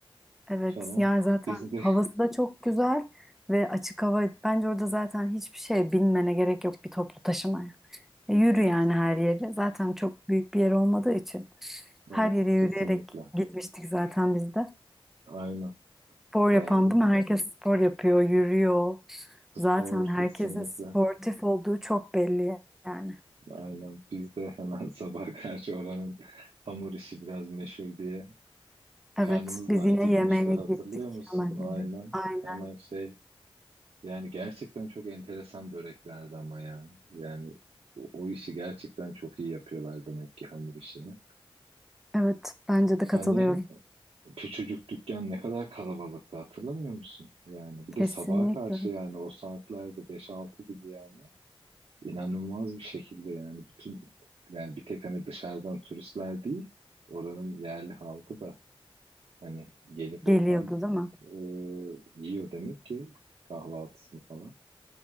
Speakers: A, in the centre; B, on the right.
A: Evet.
B: falan.
A: Yani zaten
B: Biz de
A: havası da çok güzel ve açık hava. Bence orada zaten hiçbir şeye binmene gerek yok bir toplu taşımaya.
B: <laughs>
A: E, Yürü
B: evet
A: yani her yeri. Zaten çok büyük bir yer olmadığı için. Her
B: evet
A: yere yürüyerek
B: kesinlikle
A: gitmiştik zaten biz de.
B: aynen
A: Spor
B: yani
A: yapan değil mi? Herkes spor yapıyor, yürüyor. Zaten
B: spor
A: herkesin
B: kesinlikle
A: sportif olduğu çok belli yani.
B: aynen biz de hemen <laughs> sabah karşı oranın hamur işi biraz meşhur diye
A: Evet,
B: karnımız
A: biz
B: da
A: yine
B: acıkmıştı
A: yemeğe
B: hatırlıyor
A: gittik
B: musun?
A: hemen
B: Aynen
A: dedi. Aynen.
B: hemen şey Yani gerçekten çok enteresan böreklerdi ama ya. Yani o, o işi gerçekten çok iyi yapıyorlar demek ki hamur işini.
A: Evet, bence de katılıyorum.
B: Hani küçücük dükkan ne kadar kalabalıktı hatırlamıyor musun? Yani bir
A: Kesinlikle
B: de sabaha karşı yani o saatlerde beş altı gibi yani inanılmaz bir şekilde yani bütün yani bir tek hani dışarıdan turistler değil oranın yerli halkı da hani gelip
A: geliyordu
B: oradan
A: değil mi?
B: e, yiyor demek ki kahvaltısını falan.